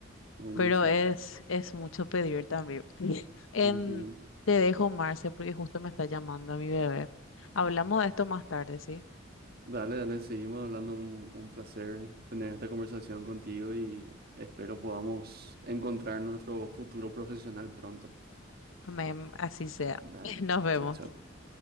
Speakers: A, on the right (about 50°); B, on the left (about 75°).
A: buenísimo.
B: pero es, es mucho pedir también. <laughs> Em,
A: Ujú.
B: te dejo, Marce, porque justo me está llamando mi bebé. Hablamos de esto más tarde, ¿sí?
A: Dale, dale, seguimos hablando. Un, un placer tener esta conversación contigo y espero podamos encontrar nuestro futuro profesional pronto.
B: Amén, así sea.
A: Dale,
B: <laughs> Nos vemos.
A: chao, chao.